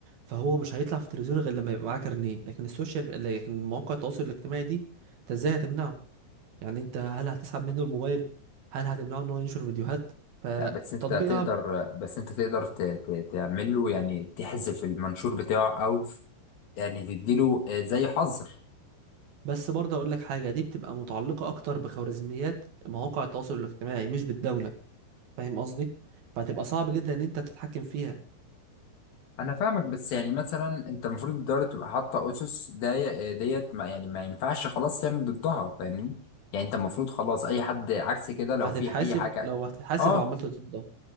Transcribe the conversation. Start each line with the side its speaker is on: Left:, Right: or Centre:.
Right: فهو مش هيطلع في التلفزيون غير لما يبقى معاه كارنيه لكن السوشيال لكن مواقع التواصل الاجتماعي دي انت ازاي هتمنعه يعني انت هل هتسحب منه الموبايل هل هتمنعه ان هو ينشر فيديوهات فتطبيقها
Left: لا بس انت تقدر بس انت تقدر ت- ت- تعمل له يعني تحذف المنشور بتاعه او يعني تديله آه، زي حظر
Right: بس برضه هقول لك حاجة دي بتبقى متعلقة اكتر بخوارزميات مواقع التواصل الاجتماعي مش بالدولة فاهم قصدي فهتبقى صعب جدا ان انت تتحكم فيها
Left: انا فاهمك بس يعني مثلا انت المفروض الدولة تبقى حاطة اسس دي- ديت ما يعني ما ينفعش خلاص تعمل ضدها فاهمني؟ يعني انت المفروض خلاص اي حد عكس كده لو
Right: هتتحاسب
Left: في اي حاجة
Right: لو هتتحاسب
Left: اه
Right: لو عملت ضدها